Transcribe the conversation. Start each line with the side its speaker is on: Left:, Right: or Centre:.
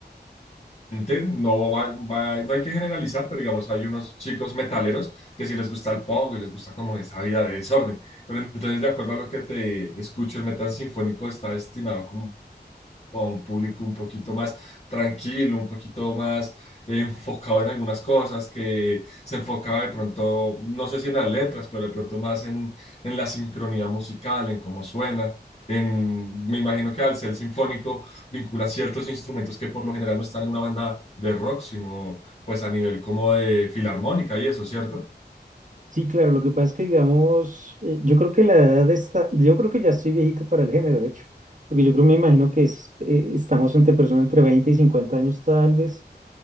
Left: gente, No, va- va- no hay que generalizar, pero digamos, hay unos chicos metaleros que sí les gusta el pop y les gusta como esa vida de desorden. Pero entonces, de acuerdo a lo que te escucho, el metal sinfónico está destinado como a un público un poquito más tranquilo, un poquito más enfocado en algunas cosas, que se enfocaba de pronto, no sé si en las letras, pero de pronto más en, en la sincronía musical, en cómo suena. En, me imagino que al ser sinfónico vincula ciertos instrumentos que por lo general no están en una banda de rock, sino pues a nivel como de filarmónica y eso, ¿cierto?
Right: Sí, claro, lo que pasa es que, digamos, eh, yo creo que la edad está, yo creo que ya estoy viejito para el género, de hecho, porque yo creo, me imagino que es, eh, estamos entre personas entre 20 y 50 años tal vez.